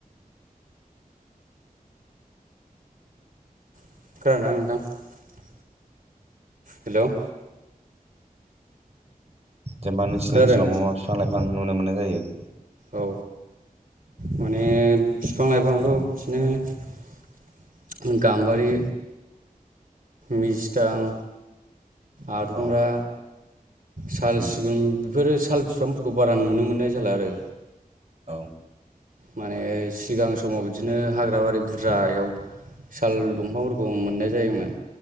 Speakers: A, on the right (about 70°); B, on the right (about 45°).
A: <unintelligible> हेल'
B: जेनेबा नोंसिनि
A: खोनादों
B: ओनसोलाव मा मा बिफां लाइफां नुनो मोननाय जायो
A: औ माने बिफां लाइफां आथ' बिदिनो गाम्बारि मिजटां आदुंग्रा
B: औ
A: साल
B: उम
A: सिगुन बेफोरो साल बिफांफोरखौ बारा नुनो मोननाय जाला आरो
B: औ
A: माने सिगां समाव बिदिनो हाग्राबारि बुरजायाव साल दंफांफोरखौ मोननाय जायोमोन